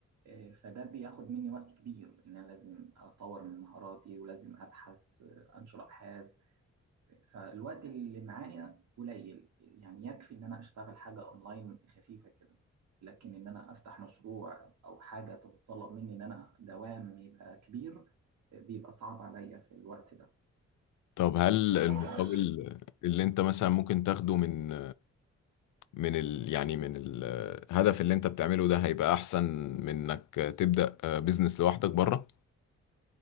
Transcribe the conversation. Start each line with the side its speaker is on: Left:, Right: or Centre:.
Right: آه، فده بياخد مني وقت كبير إن أنا لازم أطور من مهاراتي ولازم أبحث آه، أنشر أبحاث فالوقت اللي معايا قليل يعني يكفي ان انا اشتغل حاجة اونلاين خفيفة كده لكن ان انا افتح مشروع او حاجة تتطلب مني ان انا دوام يبقى كبير بيبقى صعب عليا في الوقت ده
Left: طب هل
Right: لكن
Left: المقابل اللي انت مثلا ممكن تاخده من من ال يعني من الهدف اللي انت بتعمله ده هيبقى احسن من انك تبدأ بيزنس لوحدك بره